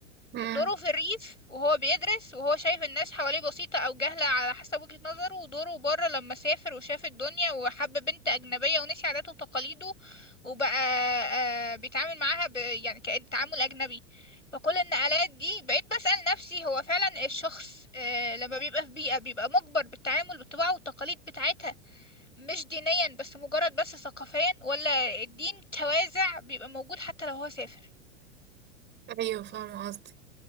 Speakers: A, on the right; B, on the left.
A: امم
B: دوره في الريف وهو بيدرس وهو شايف الناس حواليه بسيطة أو جهلة على حسب وجهة نظره ودوره بره لما سافر وشاف الدنيا وحب بنت أجنبية ونسي عاداته وتقاليده وبقى آه، بيتعامل معاها ب... يعني كأن تعامل أجنبي فكل النقلات دي بقيت بسأل نفسي هو فعلا الشخص آه، لما بيبقى في بيئة بيبقى مجبر بالتعامل بالطباع والتقاليد بتاعتها مش دينيا بس مجرد بس ثقافيا ولا الدين توازع بيبقى موجود حتى لو هو سافر
A: ايوه فاهمه قصدي